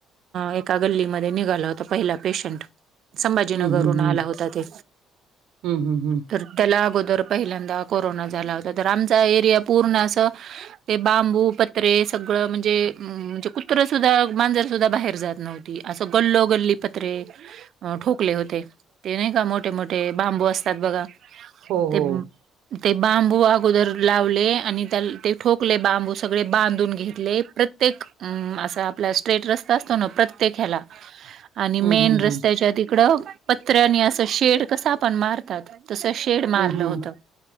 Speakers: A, on the right; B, on the right.
A: एका गल्लीमध्ये निघाला होता पहिला पेशंट संभाजीनगरून
B: हं, हं, हं.
A: आला होता ते
B: हं, हं, हं.
A: तर त्याला अगोदर पहिल्यांदा कोरोना झाला होता तर आमचा एरिया पूर्ण अस. ते बांबू पत्रे सगळं म्हणजे म्हणजे कुत्र सुद्धा मांजर सुद्धा बाहेर जात नव्हत. असं गल्ल गल्ली पत्रे ठोकले होते ते का मोठे मोठे बांबू असतात बघा
B: हो,
A: ते
B: हो.
A: ते बांबू अगोदर लावले आणि त्या ते ठोकले बांबू सगळे बांधून घेतले प्रत्ये प्रत्येक असा आपला स्ट्रेट रस्ता असतो ना प्रत्येक ह्याला
B: <unintelligible>
A: आणि मेन
B: हं,
A: रस्त्याच्या
B: हं.
A: तिकडं पत्र्यानी असं शेड कसा पण मारतात. तस शेड मारलं
B: हं, हं.
A: होत